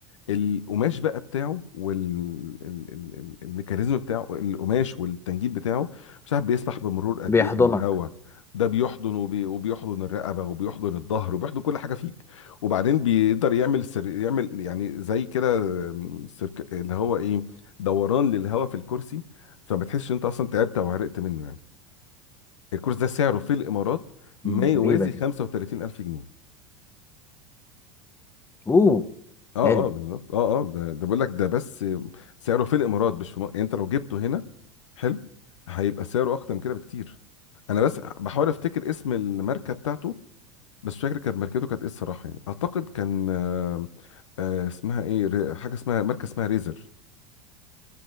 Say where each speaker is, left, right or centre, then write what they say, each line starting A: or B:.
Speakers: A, on the left (about 75°); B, on the left (about 15°).
A: القماش بقى بتاعه والميكانيزم بتاعه القماش والتنجيد بتاعه مش عارف بيسمح بمرور قد
B: بيحضنك
A: ايه من الهواء ده بيحضن وبي... وبيحضن الرقبه وبيحضن الظهر وبيحضن كل حاجه فيك وبعدين بيقدر يعمل سر... يعمل يعني زي كده آم، سيرك... اللي هو ايه دوران للهواء في الكرسي فما تحسش انت اصلا تعبت او عرقت منه يعني الكرسي ده سعره في الامارات ما
B: مم،
A: يوازي
B: غريبه دي
A: 35000 جنيه
B: اوه
A: اه
B: غالي
A: اه بالظبط اه اه ده, ده بقول لك ده بس سعره في الامارات مش في مصر يعني انت لو جبته هنا حلو هيبقى سعره اكتر من كده بكتير انا بس بحاول افتكر اسم الماركه بتاعته بس مش فاكر كانت ماركته كانت ايه الصراحه يعني اعتقد كان آه آه اسمها ايه ري- حاجه اسمها ماركه اسمها ريزر